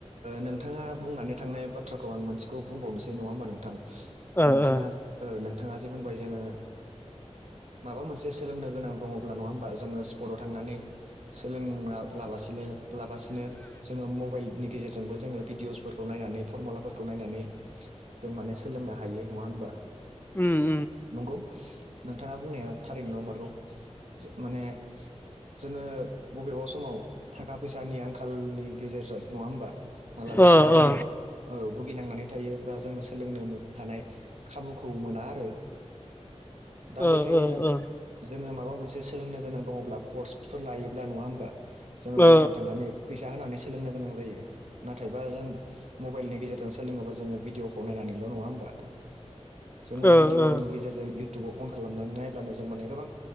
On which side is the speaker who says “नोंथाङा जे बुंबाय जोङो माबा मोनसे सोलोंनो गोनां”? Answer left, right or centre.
Right